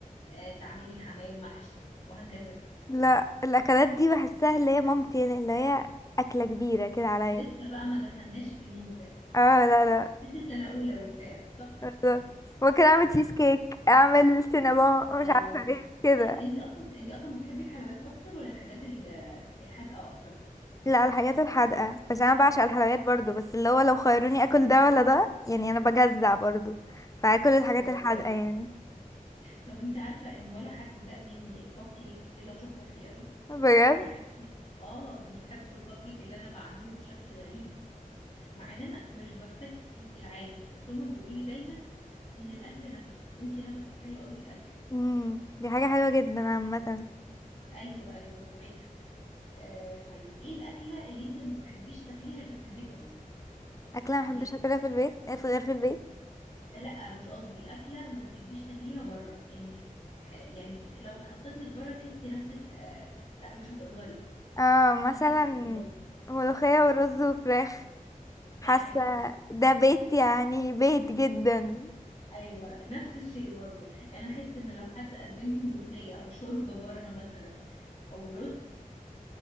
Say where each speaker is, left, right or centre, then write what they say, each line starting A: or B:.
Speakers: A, on the left; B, on the left.
A: آه، تعملي حمام محشي وهكذا
B: لا الاكلات دي بحسها اللي هي مامتي اللي هي اكلة كبيرة كده عليا
A: لسه بقى ما دخلناش في المود ده
B: اه لا لا
A: لسه سنة أولى وبتاع صح؟
B: بالظبط. ممكن اعمل تشيز كيك اعمل سينابون
A: اه
B: مش عارفة ايه كده
A: انت اصلا انت اصلا بتحبي الحلويات اكتر ولا الحاجات ال- الحادقة اكتر؟
B: لا الحاجات الحادقة بس انا بعشق الحلويات برضو بس اللي هو لو خيروني اكل ده ولا ده يعني انا بجزع برضو فاكل الحاجات
A: اه
B: الحادقة
A: فهمت
B: يعني
A: طب انت عارفة ان ولا حد داق مني الكب كيك الا وشكر فيه قوي
B: بجد
A: بيحب اه بيحبوا الكب كيك اللي انا بعمله بشكل غريب مع ان انا مش بفتكس فيه العادي بس هما بيقولوا لي دايما ان الاكل نفس وانتي نفسك حلو قوي في الاكل
B: امم دي حاجة حلوة جدا عامة
A: ايوه ايوه صحيح آه طيب ايه الاكله اللي انتي ما بتحبيش تاكليها غير في البيت بس
B: اكلة ما بحبش
A: يعني
B: اكلها في البيت غير في البيت
A: لا مش قصدي اكله ما بتحبيش تاكليها بره يعني تح- يعني لو اتحطيت لك بره تحسي نفسك آه لا مش هتقدري
B: اه مثلا
A: حاسه إنك كده غلط
B: ملوخية ورز وفراخ حاسة
A: صح كده
B: ده بيت يعني بيت جدا
A: ايوه نفس الشيء برضو يعني احس ان لو حد قدم لي ملوخيه او شوربه بره مثلا او رز